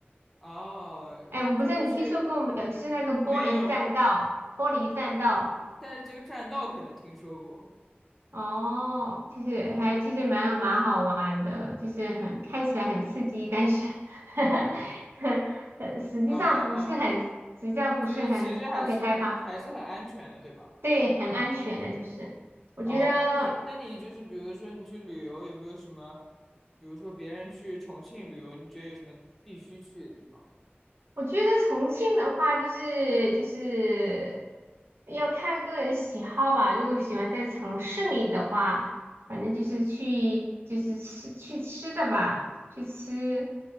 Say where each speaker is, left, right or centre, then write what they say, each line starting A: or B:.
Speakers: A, in the centre; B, on the right (about 80°).
A: 哦，
B: 哎，我不知道你听说过没有，
A: 这个是，
B: 就是那个玻璃栈道，
A: 嗯，没有，
B: 玻璃栈道。
A: 但是这个栈道可能听说过。
B: 哦，其实还其实蛮蛮好玩的，就是很看起来很刺激，但是 <laughs> 呃实际上不是很，
A: 哦哦，
B: 实际上不是很特别害怕，
A: 就是其实还是很还是很安全的，对吧？
B: 对，很安全的，就是我觉得，
A: 哦，那你那你就是比如说你去旅游有没有什么，比如说别人去重庆旅游，你觉得有什么必须去的地方吗？
B: 我觉得重庆的话，就是就是要看个人喜好吧，如果喜欢在城市里的话，反正就是去就是吃去吃的吧，去吃，